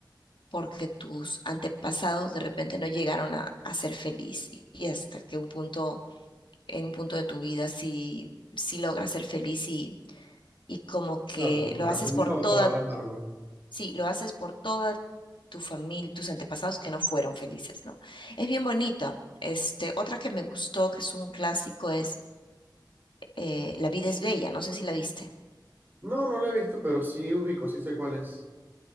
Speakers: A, on the left; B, on the right.
A: porque tus antepasados de repente no llegaron a, a ser feliz y y hasta que un punto, en un punto de tu vida sí, sí logras ser feliz y, y como que
B: Claro, como
A: lo
B: que
A: haces
B: aprendes
A: por
B: a,
A: toda,
B: a valorarlo.
A: sí, lo haces por toda tu familia, tus antepasados que no fueron felices, ¿no? Es bien bonita. Este, otra que me gustó, que es un clásico, es eh, La vida es bella, no sé si la viste.
B: No, no lo he visto, pero sí ubico, sí sé cuál es.